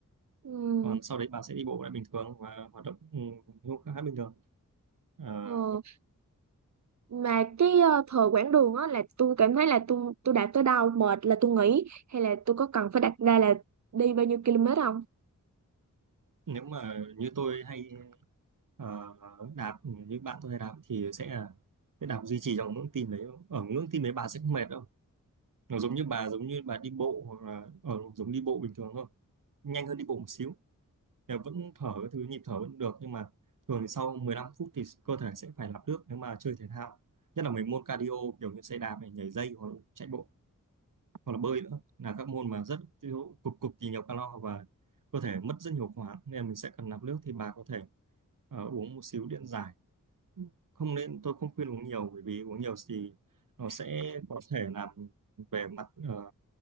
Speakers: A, on the right (about 60°); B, on the right (about 75°).
A: Ừ.
B: còn sau đấy bà sẽ đi bộ lại bình thường và hoạt động ừ, khá bình thường Ờ,
A: ờ. mà cái ờ, thời quãng đường á là tôi cảm thấy là tôi tôi đã tới đâu mệt là tôi nghỉ hay là tôi có cần phải đặt ra là đi bao nhiêu km không
B: nếu mà như tôi hay ờ, đạp ừ, như bạn tôi hay đạp thì sẽ là cái đạp duy trì trong ngưỡng tim đấy ở ngưỡng tim đấy bà sẽ không mệt đâu nó giống như bà giống như bà đi bộ hoặc là ở giống đi bộ bình thường thôi nhanh hơn đi bộ một xíu thì vẫn thở cái thứ nhịp thở vẫn được nhưng mà thường thì sau 15 phút thì cơ thể sẽ phải lọc nước nếu mà chơi thể thao nhất là mấy môn cardio kiểu như xe đạp này nhảy dây hoặc là chạy bộ hoặc là bơi nữa là các môn mà rất thiếu- cực cực kỳ nhiều calo và cơ thể mất rất nhiều khoáng nên mình sẽ cần nạp nước thì bà có thể ờ, uống một xíu điện giải không nên tôi không khuyên uống nhiều bởi vì uống nhiều thì nó sẽ có thể làm về mặt ờ,